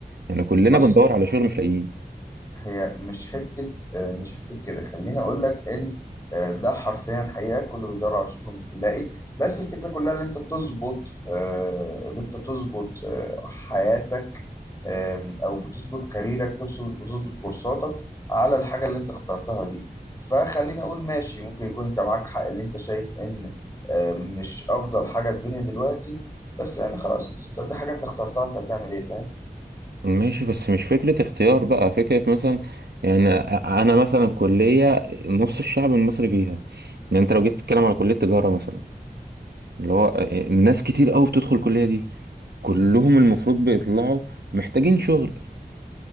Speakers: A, on the right; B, on the left.
A: يعني كلنا
B: بص
A: بندور على شغل مش لاقيين
B: هي مش حتة آه، مش حتة كده خليني اقول لك ان آه، ده حرفيا حقيقة كله بيدور على شغل مش بيلاقي بس الفكرة كلها ان انت تظبط آه، ان انت تظبط آه، حياتك آم، او بتظبط كاريرك ترس- بتظبط كورساتك على الحاجه اللي انت اخترتها دي فخليني اقول ماشي ممكن يكون انت معاك حق اللي انت شايف ان آم، مش افضل حاجه الدنيا دلوقتي بس يعني خلاص انت دي حاجه انت اخترتها انت هتعمل ايه فاهم
A: ماشي بس مش فكرة اختيار بقى فكرة مثلا يعني أنا مثلا كلية نص الشعب المصري فيها يعني أنت لو جيت تتكلم على كلية تجارة مثلا اللي هو الناس كتير قوي بتدخل الكلية دي كلهم المفروض بيطلعوا محتاجين شغل